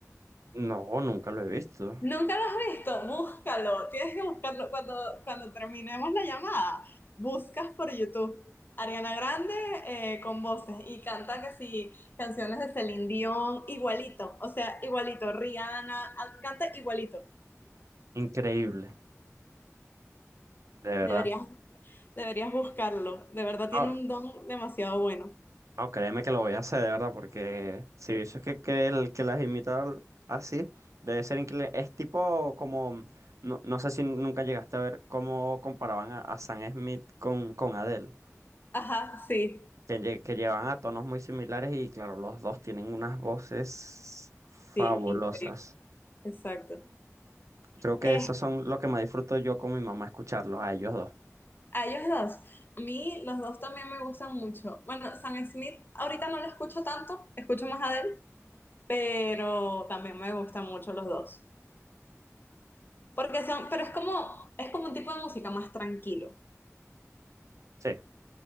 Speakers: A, on the right; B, on the left.
A: No, nunca lo he visto.
B: ¿Nunca lo has visto? Búscalo. Tienes que buscarlo cuando, cuando terminemos la llamada. Buscas por YouTube. Ariana Grande eh, con voces y canta que sí, canciones de Celine Dion, igualito, o sea, igualito, Rihanna, al- canta igualito.
A: Increíble, de verdad.
B: Deberías, deberías buscarlo, de verdad tiene
A: No,
B: un don demasiado bueno.
A: no, créeme que lo voy a hacer, de verdad, porque si eso es que, que, el, que las imita así, debe ser increíble. Es tipo como, no, no sé si nunca llegaste a ver cómo comparaban a, a Sam Smith con, con Adele,
B: Ajá, sí,
A: que, lle- que llevan a tonos muy similares y claro, los dos tienen unas voces fabulosas.
B: sí, increíble, exacto.
A: Creo que
B: Este,
A: esos son lo que más disfruto yo con mi mamá escucharlos, a ellos dos.
B: A ellos dos. A mí los dos también me gustan mucho. Bueno, Sam Smith ahorita no lo escucho tanto, escucho más a Adele, pero también me gustan mucho los dos. Porque son, pero es como, es como un tipo de música más tranquilo.
A: Sí.